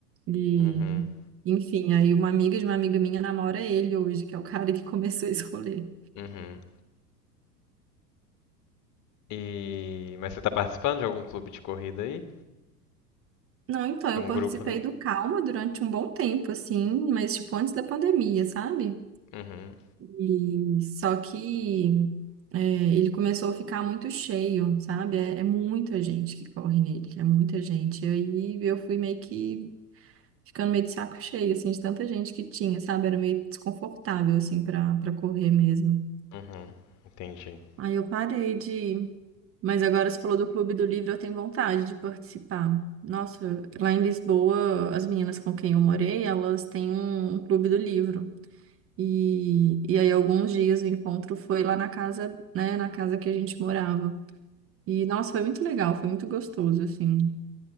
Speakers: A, on the right (about 25°); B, on the left (about 35°).
A: E
B: Uhum.
A: enfim, aí uma amiga de uma amiga minha namora ele hoje, que é o cara que começou esse rolê.
B: Uhum. E. Mas você tá participando de algum clube de corrida aí?
A: Não, então eu
B: De um
A: participei
B: grupo, né?
A: do Calma durante um bom tempo assim, mas tipo antes da pandemia, sabe?
B: Uhum.
A: E só que é, ele começou a ficar muito cheio, sabe? É, é muita gente que corre nele, é muita gente. E aí eu fui meio que ficando meio de saco cheio, assim, de tanta gente que tinha, sabe? Era meio desconfortável, assim, pra, pra correr mesmo.
B: Uhum. Entendi.
A: Aí eu parei de. Mas agora você falou do Clube do Livro, eu tenho vontade de participar. Nossa, lá em Lisboa, as meninas com quem eu morei, elas têm um um clube do livro. E, e aí, alguns dias o encontro foi lá na casa, né, na casa que a gente morava. E, nossa, foi muito legal, foi muito gostoso, assim.